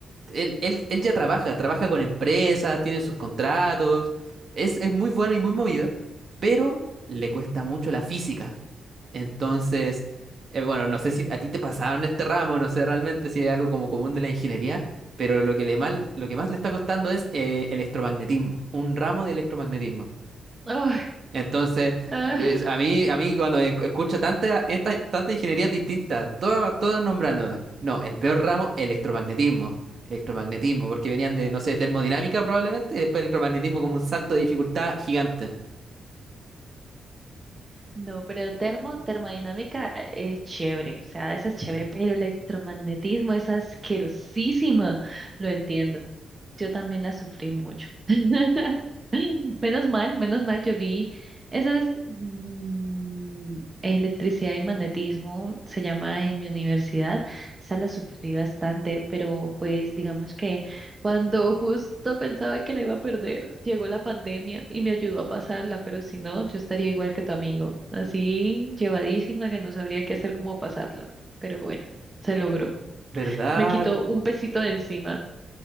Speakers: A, on the right; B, on the right.
A: Él, él, él ya trabaja, trabaja con empresas, tiene sus contratos, es, es muy bueno y muy movido, pero le cuesta mucho la física. Entonces, eh, bueno, no sé si a ti te pasaba en este ramo, no sé realmente si es algo como común de la ingeniería, pero lo que, le mal, lo que más le está costando es eh, electromagnetismo, un ramo de electromagnetismo.
B: Oh,
A: Entonces,
B: ah.
A: es- a mí, a mí cuando e- escucho tantas estas- tantas ingenierías distintas, todas, todas nombrándome. No, el peor ramo, electromagnetismo. Electromagnetismo, porque venían de, no sé, termodinámica probablemente, y después electromagnetismo como un salto de dificultad gigante.
B: No, pero termo, termodinámica es chévere, o sea, esa es chévere, pero electromagnetismo es asquerosísima, lo entiendo. Yo también la sufrí mucho. <laughs> Menos mal, menos mal, yo vi esas mm, electricidad y magnetismo, se llama en mi universidad, esa la sufrí bastante, pero pues digamos que cuando justo pensaba que la iba a perder, llegó la pandemia y me ayudó a pasarla, pero si no, yo estaría igual que tu amigo, así llevadísima que no sabría qué hacer cómo pasarla. Pero bueno, se logró.
A: ¿Verdad?
B: Me quitó un pesito de encima.